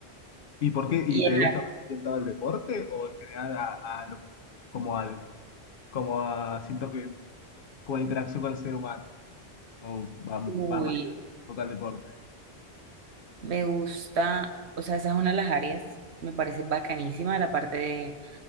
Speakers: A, on the left; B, on the right.
A: ¿Y por qué? ¿Y
B: y
A: te
B: en
A: gusta
B: la-
A: más orientado al deporte o en general a, a lo que es- como al como a siento que como a la interacción con el ser humano? ¿O va
B: uy,
A: vas más que nada enfocado al deporte?
B: me gusta, o sea, esa es una de las áreas, me parece bacanísima la parte de